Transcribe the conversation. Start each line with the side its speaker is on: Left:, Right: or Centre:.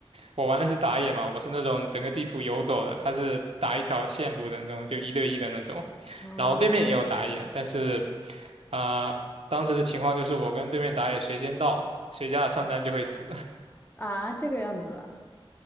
Right: 我玩的是打野嘛，我是那种整个地图游走的，他是打一条线路的那种，就一对一的那种，
Left: 啊，
Right: 然后对面也有打野，但是啊、呃当时的情况就是我跟对面打野谁先到，谁家的上单就会死。
Left: 啊，这个样子啊，